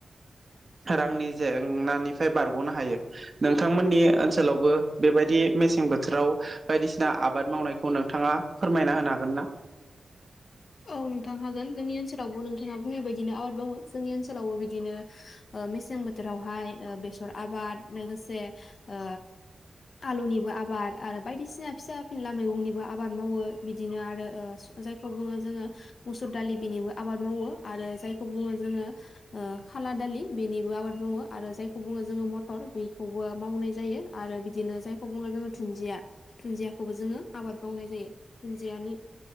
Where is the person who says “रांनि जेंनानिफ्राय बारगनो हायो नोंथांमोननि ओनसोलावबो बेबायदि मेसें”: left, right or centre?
Right